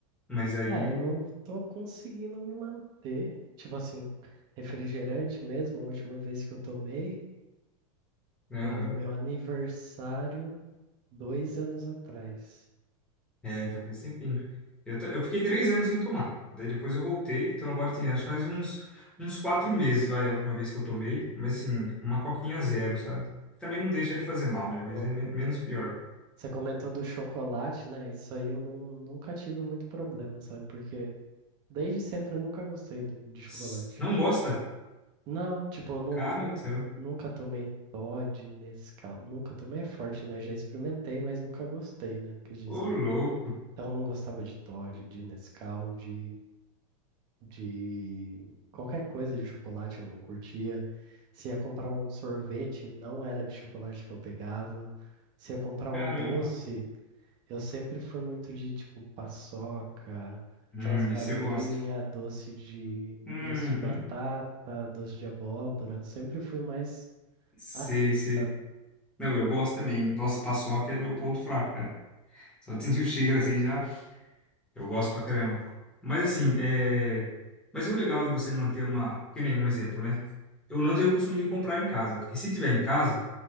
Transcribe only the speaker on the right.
É, eu tô conseguindo me manter. Tipo assim, refrigerante mesmo, a última vez que eu tomei.
Foi no meu aniversário dois anos atrás.
Uhum.
Você comentou do chocolate, né? Isso aí eu não, nunca tive muito problema, sabe? Porque desde sempre eu nunca gostei do, de chocolate.
Não, tipo, eu não,
não-
nunca tomei Toddy, Nescau. Nunca tomei é forte, né? Já experimentei, mas nunca gostei, né? Quis dizer.
Então eu não gostava de Toddy, de Nescau, de, de qualquer coisa de chocolate eu não curtia. Se ia comprar um sorvete, não era de chocolate que eu pegava. Se ia comprar
um doce, eu sempre fui muito de tipo paçoca, aquelas
bananinha,
doce de
doce de batata, doce de abóbora. Sempre fui mais
assim,
sabe?